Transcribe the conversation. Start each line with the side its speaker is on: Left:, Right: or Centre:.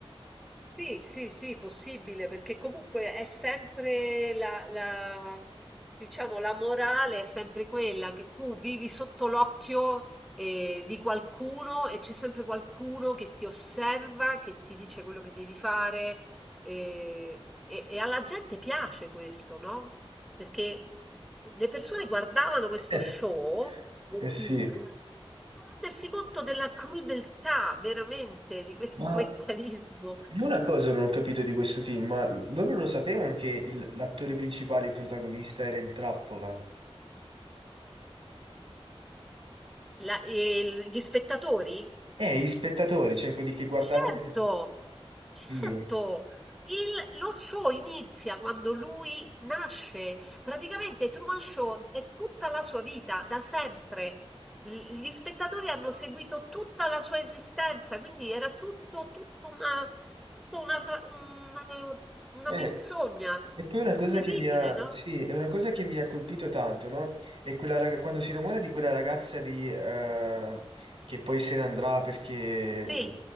Centre: Sì, sì, sì, possibile, perché comunque è sempre la, la- diciamo, la morale è sempre quella che tu vivi sotto l'occhio eh, di qualcuno e c'è sempre qualcuno che ti osserva, che ti dice quello che devi fare eh, e, e alla gente piace questo, no? Perché le persone guardavano questo
Right: Eh,
Centre: show del
Right: eh sì,
Centre: film senza rendersi conto della crudeltà veramente di questo
Right: ma
Centre: <laughs> meccanismo.
Right: io una cosa non ho capito di questo film, ma loro lo sapevano che il- l'attore principale, il protagonista, era in trappola?
Centre: La- e il- gli spettatori?
Right: Eh, gli spettatori, cioè quelli che guardavano
Centre: Certo,
Right: il
Centre: certo.
Right: Dio.
Centre: Il- lo show inizia quando lui nasce. Praticamente Truman Show è tutta la sua vita, da sempre. L- gli spettatori hanno seguito tutta la sua esistenza, quindi era tutto, tutto una, tutta una, fa- una- una
Right: Eh,
Centre: menzogna.
Right: E poi una
Centre: È
Right: cosa
Centre: terribile,
Right: che mi ha,
Centre: no?
Right: sì, è una cosa che mi ha colpito tanto, no? È quella raga- quando si innamora di quella ragazza lì, eh, che poi se ne andrà perché...
Centre: Sì,